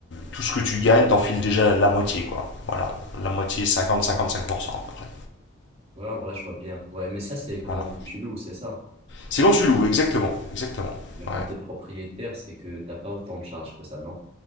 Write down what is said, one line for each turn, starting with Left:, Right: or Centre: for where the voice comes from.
Left: tout ce que tu gagnes, t'enfiles déjà la moitié quoi. Voilà, la moitié cinquante cinquante cinq pour cent à peu près.
Right: Ouais, en vrai, je vois bien. Ouais, mais ça, c'est quand
Left: Voilà.
Right: tu loues, c'est ça.
Left: C'est quand tu loues, exactement, exactement.
Right: Mais quand
Left: Ouais.
Right: t'es propriétaire, c'est que t'as pas autant de charges que ça, non?